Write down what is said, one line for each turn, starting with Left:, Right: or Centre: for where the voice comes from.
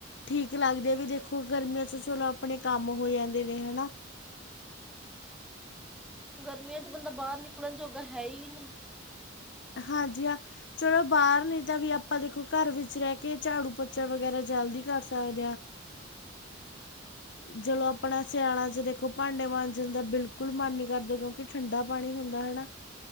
Left: ਠੀਕ ਲੱਗਦੇ, ਵੀ ਦੇਖੋ ਗਰਮੀਆਂ ਚ ਚਲੋ ਆਪਣੇ ਕੰਮ ਹੋ ਜਾਂਦੇ ਨੇ, ਹੈਨਾ
Centre: ਗਰਮੀਆਂ ਚ ਬੰਦਾ ਬਾਹਰ ਨਿਕਲਣ ਜੋਗਾ ਹੈ ਹੀ ਨਹੀਂ
Left: ਹਾਂਜੀ ਹਾਂ ਚਲੋ ਬਾਹਰ ਨੀ, ਤਾਂ ਵੀ ਆਪਾਂ ਦੇਖੋ ਘਰ ਵਿੱਚ ਰਹਿ ਕੇ, ਝਾੜੂ ਪਚਾ ਵਗੈਰਾ ਜਲਦੀ ਕਰ ਸਕਦੇ ਹਾਂ <unintelligible> ਚਲੋ ਆਪਣਾ ਸਿਆਲਾਂ ਚ ਦੇਖੋ ਭਾਂਡੇ ਮਾਜਣ ਬਿਲਕੁਲ ਮਨ ਨਹੀਂ ਕਰਦਾ ਕਿਉਂਕਿ ਠੰਡਾ ਪਾਣੀ ਹੁੰਦਾ ਹੈਨਾ।